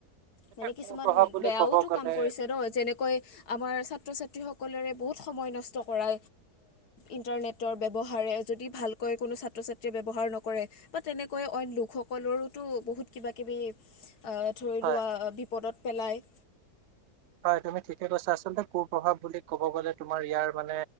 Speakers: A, on the right (about 75°); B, on the left (about 75°).
A: এতিয়া
B: মানে কিছুমান
A: কুপ্ৰভাৱ বুলি
B: বেয়াওতো
A: ক'ব গ'লে
B: কাম কৰিছে ন যেনেকৈ আমাৰ ছাত্ৰ ছা- সকলৰে বহুত সময় নষ্ট কৰা ইন্টাৰনেটৰ ব্যৱহাৰে যদি ভালকৈ কোনো ছাত্ৰ ছাত্ৰীয়ে ব্যৱহাৰ নকৰে বা তেনেকৈ অই লোকসকলৰোতো বহুত কিবা কিব-
A: <inaudible>
B: আহ ধৰি
A: হয়।
B: লোৱা বিপদত পেলাই
A: হয়, তুমি ঠিকে কৈছা আচলতে কু প্ৰভাৱ বুলি কব গলে তোমাৰ ইয়াৰ মানে